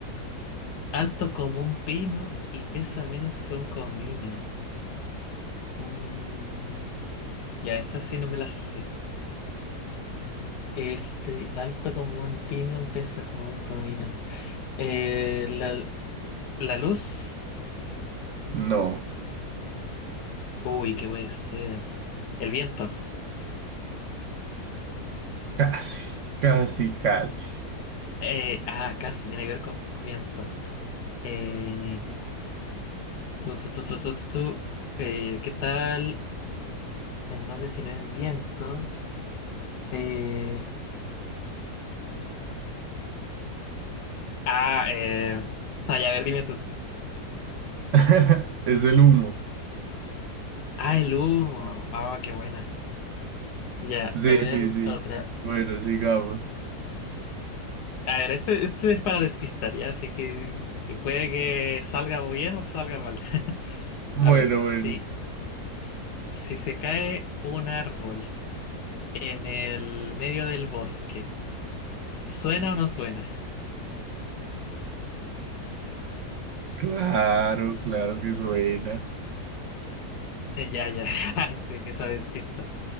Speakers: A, on the left; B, on the right.
A: Alto como un pino y pesa menos que un comino. Mm, ya, esta sí no me la sé. Este, alto como un pino, pesa como un comino. Eh, la, la luz.
B: No,
A: Uy, qué puede ser. El viento.
B: casi, casi, casi.
A: Eh, ah, casi tiene que ver con viento. Eh, tú, tú, tú, tú, tú, tú, tú. Eh, ¿qué tal? Entonces, si no es viento. eh, Ah, eh. No, ya, a ver, dime tú.
B: <laughs> Es el humo.
A: Ah, el humo. Ah, qué buena. Ya,
B: Sí,
A: a ver,
B: sí, sí.
A: otra.
B: Bueno, sigamos.
A: A ver, este, este es para despistar, ya, así que que puede que salga bien o salga mal. <laughs>
B: Bueno,
A: A ver, si,
B: bueno.
A: si se cae un árbol en el medio del bosque, ¿suena o no suena?
B: Claro, claro que suena.
A: Eh, Ya, ya, <laughs> así que esa despista.